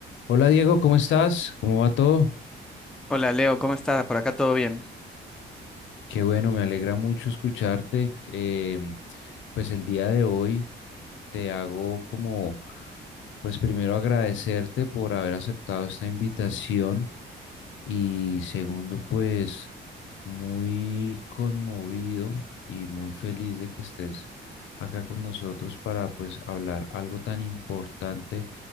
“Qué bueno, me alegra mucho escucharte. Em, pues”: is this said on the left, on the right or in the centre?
Left